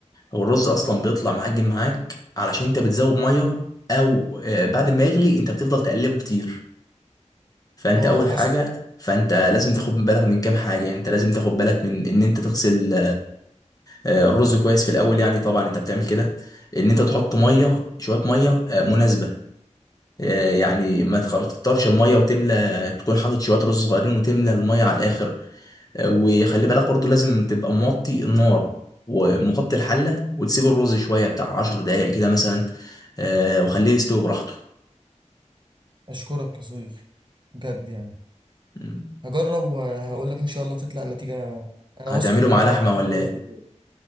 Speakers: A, on the left (about 30°); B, on the right (about 40°).
A: هو الرز أصلا بيطلع معجن معاك علشان انت بتزود مية أو آه، بعد ما يغلي انت بتفضل تقلبه كتير فانت
B: اه
A: اول
B: حصل
A: حاجه فانت لازم تاخد بالك من كام حاجه انت لازم تاخد بالك من ان انت تغسل آه، الرز كويس في الاول يعني طبعا انت بتعمل كده ان انت تحط ميه شويه ميه آه، مناسبه آه، يعني ما تكترش الميه وتملى تكون حاطط شويه رز صغيرين وتملى الميه على الاخر آه، وخلي بالك برضو لازم تبقى موطي النار ومغطي الحله وتسيب الرز شويه بتاع 10 دقائق كده مثلا آه، وخليه يستوي براحته
B: اشكرك يا صديقي بجد يعني
A: مم.
B: هجرب وهقول لك ان شاء الله تطلع النتيجه انا
A: هتعمله
B: واثق ان
A: مع
B: النتيجه
A: لحمه
B: هتطلع
A: ولا
B: 100%
A: ايه